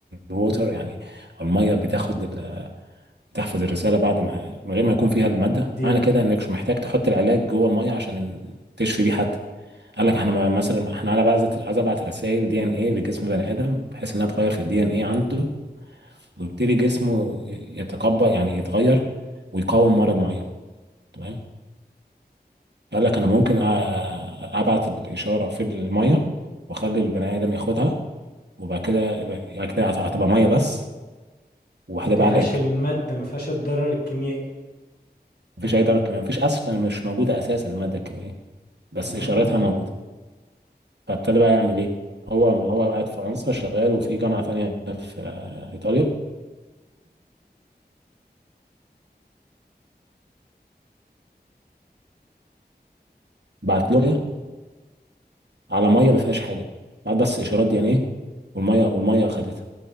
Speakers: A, on the right (about 80°); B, on the left (about 70°).
A: الووتر يعني الميه بتاخد ال- بتحفظ الرساله بعد ما من غير ما يكون فيها الماده
B: امم
A: معنى كده انك مش محتاج تحط العلاج جوه الميه عشان تشفي بيه حد قال لك احنا ما- مثلا احنا عايز عايز ابعت رسائل دي ان ايه لجسم بني ادم بحيث انها تغير في الدي ان ايه عنده ويبتدي جسمه ي- يتقبل يعني يتغير ويقاوم مرض معين تمام قال لك انا ممكن أ- ابعت الاشاره في الميه واخلي البني ادم ياخدها وبعد كده يعني كده هت- هتبقى ميه بس وهتبقى
B: ما فيهاش
A: علاج
B: المادة ما فيهاش الضرر الكيميائي
A: مفيش اي درجه كيميائيه مفيش اصلا مش موجوده اساسا الماده الكيميائيه بس
B: آه
A: اشارتها موجوده فابتدى بقى يعمل ايه هو هو قاعد في فرنسا شغال وفي جامعه تانية في آه، ايطاليا بعت له على ميه ما فيهاش حاجه بعت بس اشارات دي يعني ايه والميه والميه خدتها